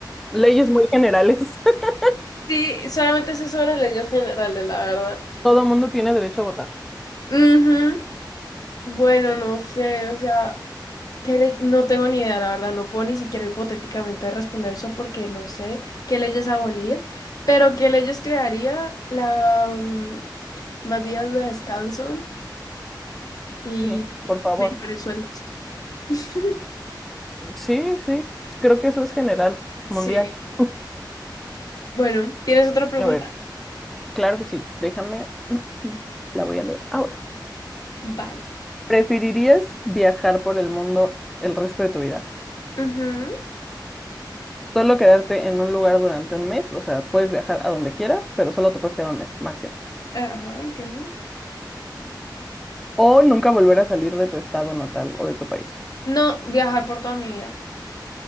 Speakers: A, in the centre; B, on the left.
A: Leyes muy generales. <laughs>
B: Sí, solamente sé sobre leyes generales, la verdad.
A: Todo el mundo tiene derecho a votar.
B: Ujú. Bueno, no sé, o sea, ¿qué le- no tengo ni idea, la verdad, no puedo ni siquiera hipotéticamente responder eso porque no sé qué leyes abolir, pero qué leyes crearía la mm, más días de descanso y
A: Sí,
B: y
A: por favor.
B: mejores sueldos. <laughs>
A: Sí, sí. Creo que eso es general,
B: Sí,
A: mundial. <laughs>
B: bueno, ¿tienes otra pregunta?
A: A ver, claro que sí. Déjame. <clears throat> La voy a leer ahora.
B: Vale.
A: ¿Preferirías viajar por el mundo el resto de tu vida?
B: Ujú.
A: Solo quedarte en un lugar durante un mes, o sea, puedes viajar a donde quieras, pero solo te puedes quedar un mes máximo.
B: Ajá, entiendo.
A: o nunca volver a salir de tu estado natal o de tu país?
B: No viajar por toda mi vida.